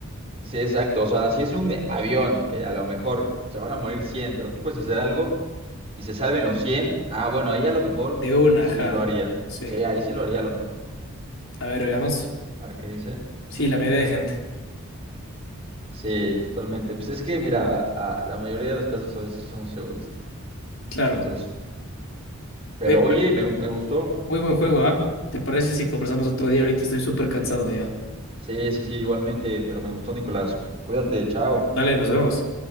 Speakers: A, on the right; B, on the left.
A: sí, exacto. O sea, si es un avión que a lo mejor se van a morir cien pero tú puedes hacer algo y se salven los cien ah, bueno, ahí a lo mejor
B: De una,
A: pues,
B: ajá.
A: sí lo haría.
B: Sí.
A: Sí, ahí sí lo haría a lo mejor.
B: A ver, veamos.
A: ¿Ahora qué dice?
B: Sí, la mayoría de gente.
A: Sí, totalmente. Pues es que, mira, a- la mayoría de los casos a veces somos egoístas.
B: Claro.
A: Entonces, pero
B: Oye,
A: oye, me, me gustó.
B: muy buen juego, ¿ah? ¿Te parece si conversamos otro día? Ahorita estoy súper cansado ya.
A: Sí, sí, sí, igualmente, pero me gustó, Nicolás. Cuídate, chao.
B: Dale, nos vemos.